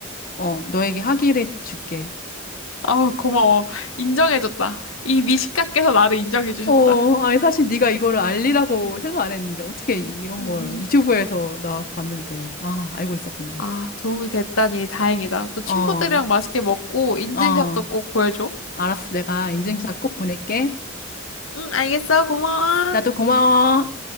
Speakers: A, on the left; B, on the left.
A: 어, 너에게 학위를 줄게.
B: 아, 고마워. 인정해줬다. 이 미식가께서 나를 인정해주셨다.
A: 어, 아니 사실 네가 이거를 알리라고 생각 안 했는데 어떻게 이- 이런
B: 응,
A: 걸
B: 응.
A: 유튜브에서 나와서 봤는데 아, 알고 있었구나.
B: 아, 도움이 됐다니 다행이다. 또 친구들이랑
A: 어,
B: 맛있게 먹고 인증샷도
A: 어,
B: 꼭 보여줘.
A: 알았어. 내가 인증샷 꼭 보낼게.
B: 응, 알겠어. 고마워.
A: 나도 고마워.